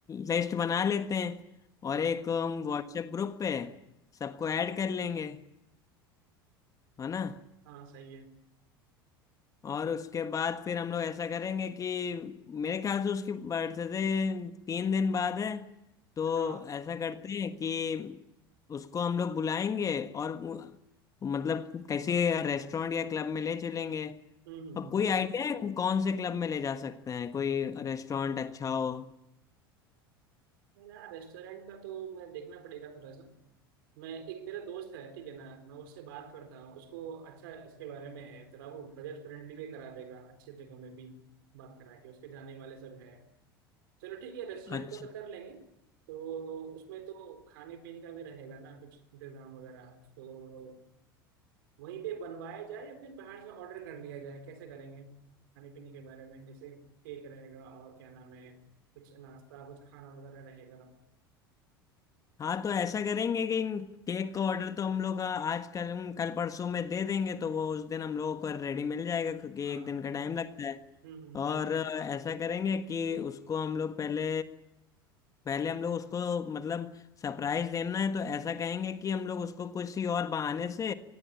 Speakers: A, on the left; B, on the right.
A: लिस्ट बना लेते हैं और
B: हाँ
A: एक हम व्हाट्सएप ग्रुप पे सबको ऐड कर लेंगे है ना
B: हाँ सही है
A: और उसके बाद फिर हम लोग ऐसा करेंगे कि मेरे ख्याल से उसकी बर्थडे तीन दिन बाद है तो
B: हाँ
A: ऐसा करते हैं कि उसको हम लोग बुलाएंगे और वो- मतलब किसी रेस्टोरेंट या क्लब में ले चलेंगे
B: हम्म हम्म
A: और
B: हम्म
A: कोई आइडिया है कौन से क्लब में ले जा सकते हैं कोई रेस्टोरेंट अच्छा हो
B: मेरा रेस्टोरेंट का तो मैं देखना पड़ेगा थोड़ा सा मैं एक मेरा दोस्त है ठीक है ना मैं उससे बात करता हूँ उसको अच्छा इसके बारे में है थोड़ा वो बजट फ्रेंडली भी करा देगा अच्छी जगह में भी बात करा के उसके जाने वाले सब है चलो ठीक है रेस्टोरेंट
A: अच्छा
B: का तो कर लेंगे तो उसमें तो खाने पीने का भी रहेगा ना कुछ इंतजाम वगैरह तो वहीं पे बनवाया जाए या फिर बाहर से ऑर्डर कर लिया जाए कैसे करेंगे खाने पीने के बारे में जैसे केक रहेगा और क्या नाम है कुछ नाश्ता कुछ खाना वगैरह रहेगा
A: हाँ तो ऐसा करेंगे कि केक का ऑर्डर तो हम लोग आज कल कल परसों में दे देंगे तो वो उस दिन हम लोगों को रेडी मिल जाएगा क्योंकि
B: हाँ
A: एक दिन का टाइम लगता है
B: हम्म हम्म, सही
A: और
B: बात
A: ऐसा करेंगे कि उसको हम लोग पहले पहले हम लोग उसको मतलब सरप्राइज देना है तो ऐसा कहेंगे कि हम लोग उसको किसी और बहाने से